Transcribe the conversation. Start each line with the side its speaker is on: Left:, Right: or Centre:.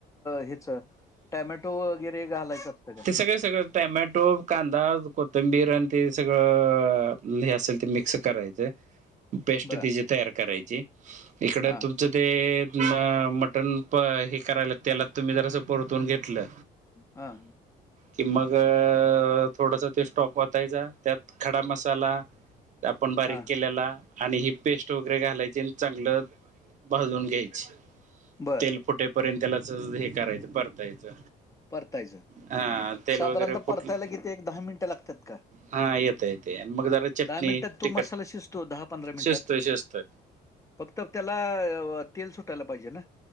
Left: ह्यांच टॅमॅटो वगैरें घालायचं असतं का
Right: सगळें सगळें टॅमॅटो कांदा कोथिंबीर आणि ते सगळं हे असेंल ते मिक्स करायचं पेस्टं
Left: बरं
Right: त्यांची तयार करायंची इकडं
Left: हां
Right: तुं च ते मटंण पणं हे करायलां त्यांला तुम्हीं जरासं परतूंन घेतलं
Left: हां
Right: कि मंग थोडंसं ते स्टॉक वाचायचां त्यांत खंडा मसालां आपणं बारीक
Left: हा
Right: केलेलां आणि ही पेस्टं वगैरें घालांयची आणि चांगलं भाजूंन घ्यांयची
Left: बर
Right: तेल फुटे पर्यंत त्यांला हे करायचं परतायचं
Left: परतायचं
Right: हा तेल
Left: सांधारणतः
Right: वगैरे फुटल
Left: परतायलां गेतीे एक दहा मिनिटं लागतांत कां
Right: हा येतं येते आणि मग जरा चटणी
Left: दहा मिनिटांत तो
Right: तिखट
Left: मसालां शिजतो दहा पंधरा
Right: शिजतोय
Left: मिनिटांत
Right: शिजतोय.
Left: फक्तं त्यांला तेल सुटायलां पाहिजे नां